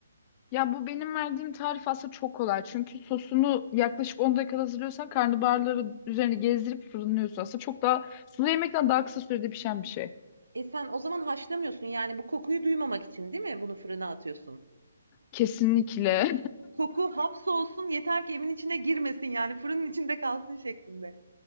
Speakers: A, on the left; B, on the right.
A: Ya bu benim verdiğim tarif aslında çok kolay. Çünkü sosunu yaklaşık 10 dakikada hazırlıyorsan karnabaharları üzerine gezdirip fırınlıyorsun. Aslında çok daha sulu yemekten daha kısa sürede pişen bir şey.
B: E sen o zaman haşlamıyorsun yani bu kokuyu duymamak için değil mi bunu fırına atıyorsun?
A: Kesinlikle.
B: Koku hapsolsun yeter ki evin içine girmesin yani fırının içinde kalsın şeklinde.